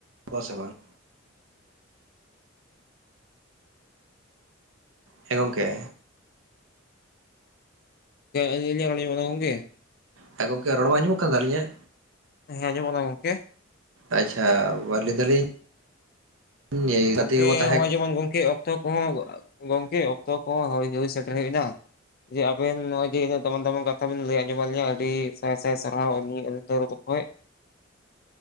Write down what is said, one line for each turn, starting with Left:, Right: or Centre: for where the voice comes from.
Right: ᱠᱚ ᱥᱮ ᱵᱟᱝ ᱦᱮᱸ ᱜᱚᱝᱠᱮ
Left: ᱜᱚᱝᱠᱮ ᱟᱞᱤᱧ ᱟᱜ ᱨᱚᱲ ᱟᱡᱚᱢᱚᱜ ᱠᱟᱱᱟ ᱜᱚᱝᱠᱮ
Right: ᱦᱮᱸ ᱜᱚᱝᱠᱮ ᱨᱚᱲ ᱵᱟᱝ ᱟᱡᱚᱜ ᱠᱟᱱᱟ ᱟᱞᱤᱧᱟᱜ
Left: ᱦᱮᱸ ᱟᱡᱚᱢᱚᱜ ᱠᱟᱱᱟ ᱜᱚᱝᱠᱮ
Right: ᱟᱪᱪᱷᱟ ᱞᱟᱹᱭ ᱫᱟᱞᱤᱧ ᱜᱟᱛᱮ
Left: ᱜᱚᱝᱠᱮ
Right: ᱠᱚᱠᱚ ᱛᱟᱦᱮᱸ
Left: ᱱᱚᱜ-ᱚᱭ ᱡᱮᱢᱚᱱ ᱜᱚᱝᱠᱮ ᱚᱠᱛᱚ ᱠᱚᱦᱚᱸ ᱜᱚᱝᱠᱮ ᱚᱠᱛᱚ ᱠᱚᱦᱚ ᱦᱩᱭ ᱥᱮᱴᱮᱨ ᱦᱮᱡ ᱮᱱᱟ ᱡᱮ ᱟᱵᱮᱱ ᱱᱚᱜᱚᱭ ᱡᱮ ᱩᱱᱟᱹᱜ ᱫᱟᱢᱟᱱ ᱫᱟᱢᱟᱱ ᱠᱟᱛᱷᱟ ᱵᱮᱱ ᱞᱟᱹᱭ ᱟᱡᱚᱢ ᱟᱜ ᱞᱤᱧᱟ ᱟᱰᱤ ᱥᱟᱭ ᱥᱟᱭ ᱥᱟᱨᱦᱟᱣ ᱟᱞᱤᱧ ᱦᱳᱭ